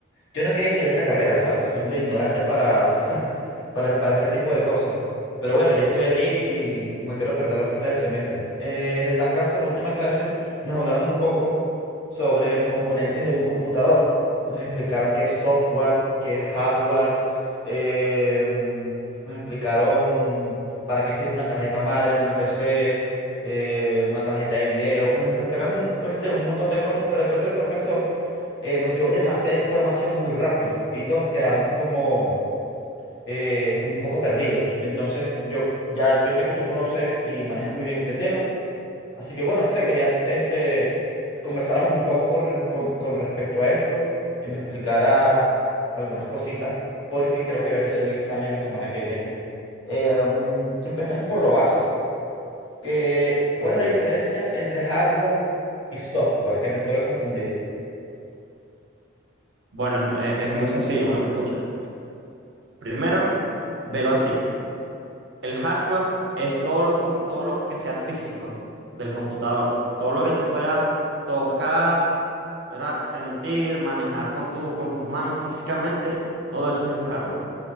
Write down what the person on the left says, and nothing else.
Yo no quería estudiar esta carrera, ¿sabes? Soy muy ignorante para, <laughs> para, para este tipo de cosas. Pero bueno, ya estoy allí y no quiero perder la parte del semestre. Eh, en la clase, en la última clase, nos hablaron un poco sobre los componentes de un computador. Nos explicaron qué es software, qué es hardware. em, nos explicaron para qué sirve una tarjeta madre en una PC, eh, una tarjeta de video. Nos explicaron un, este, un montón de cosas, pero creo que el profesor eh, nos dio demasiada información muy rápido y todos quedamos como, eh, como un poco perdidos. Entonces, yo ya yo sé que tú conoces y manejas muy bien este tema, así que bueno, no sé, quería este, que conversáramos un poco con, re- con, con respecto a esto y me explicaras algunas cositas porque creo que voy a tener un examen la semana que viene. Eh, mm, empecemos por lo básico, que,
¿cuál es la diferencia entre hardware y software? Que me suele confundir.